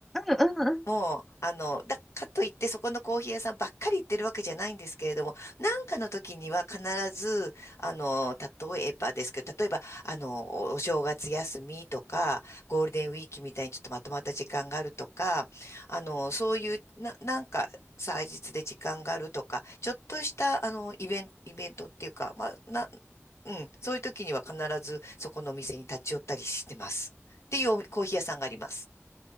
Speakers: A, in the centre; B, on the left.
A: うんうんうん。と
B: もう、あの、だかといってそこのコーヒー屋さんばっかり行ってるわけじゃないんですけれども、なんかの時には必ず、あの、例えばですけど、例えば、あの、おお正月休みとか、ゴールデンウィークみたいにちょっとまとまった時間があるとか、あの、そういう、な、なんか、祭日で時間があるとか、ちょっとした、あの、イベン、イベントっていうか、まあ、な、うん、そういう時には必ずそこのお店に立ち寄ったりしてます。っていうおコーヒー屋さんがあります。